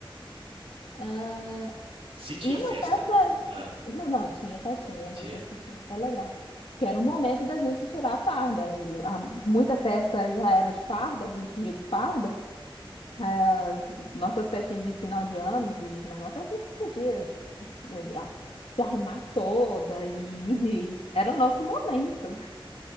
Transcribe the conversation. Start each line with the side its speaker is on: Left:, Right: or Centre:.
Left: Ah,
Right: Se tinha
Left: E uma
Right: festa.
Left: festa.
Right: Ah,
Left: Não, não, tinha festinha,
Right: tinha.
Left: nossas festinhas era legal. Que era o momento da gente tirar a farda. E a- muita festa já era de farda, a gente ia de farda. Ah, nossas festinhas de final de ano, de, de negócio, a gente podia se, eh, a- se arrumar toda e ir de... Era o nosso momento.